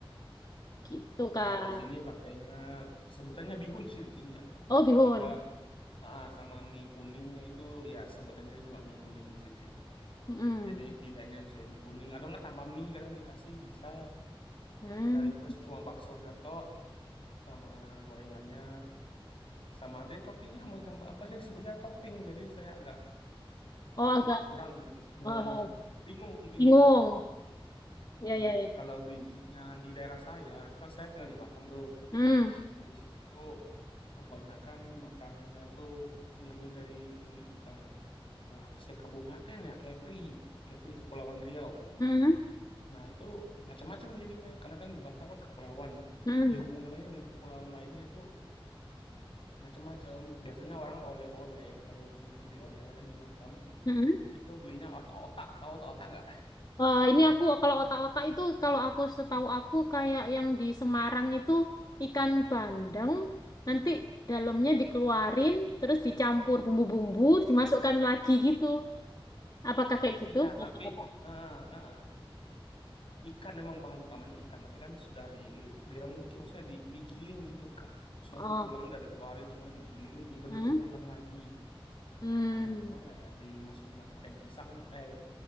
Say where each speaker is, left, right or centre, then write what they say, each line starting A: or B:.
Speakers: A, on the left; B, on the left.
A: Gitu, Kak.
B: Kalau di sini pakainya sebutannya bihun sih di sini ya.
A: Oh, bihun.
B: Atau enggak, ah sama mie kuningnya itu ya sebutannya juga mie kuning sih di sini.
A: Mm-mm.
B: jadi pilihannya jual mie kuning atau enggak tanpa mie kadang dikasih bisa
A: Hmm.
B: kita request cuma baksonya tok sama gorengannya sama deh toppingnya mau tambah apa sih sebutnya topping jadi saya agak
A: Oh,
B: agak
A: agak
B: kurang gitu Nah,
A: oh, oh.
B: bingung bingung
A: bingung. Ya,
B: nah
A: ya, ya.
B: kalau di misalnya di daerah saya itu kan saya tinggal di Batam tuh
A: Hmm.
B: di sini tuh kebanyakan makanannya tuh diambil dari eh, eh, apa sih kabupaten ya Kepri Kepri Kepulauan Riau
A: Hmm.
B: Nah, itu macam-macam jadinya karena kan di Batam kan kepulauan.
A: Hmm.
B: Dihubungkannya dengan kepulauan lainnya itu macam-macam. Biasanya orang oleh-oleh kalau misalnya beli oleh-oleh di Batam
A: Hmm.
B: itu belinya otak-otak. Tahu otak-otak nggak?
A: Eh, ini aku kalau otak-otak itu kalau aku setahu aku kayak yang di Semarang itu ikan bandeng nanti dalamnya dikeluarin terus dicampur bumbu-bumbu dimasukkan lagi gitu. Apakah kayak gitu?
B: Iya, tapi
A: Otak-otak.
B: eh, eh, ikan memang bahan utamanya ikan, tapi kan sudah di diremukin maksudnya di- digiling gitu, Kak. Soalnya
A: Oh,
B: tulangnya udah dikeluarin semua digiling, dibentuk
A: hmm?
B: ulang lagi.
A: Hmm.
B: Kayak gimana ya? Dimasukin dalam kain pisang eh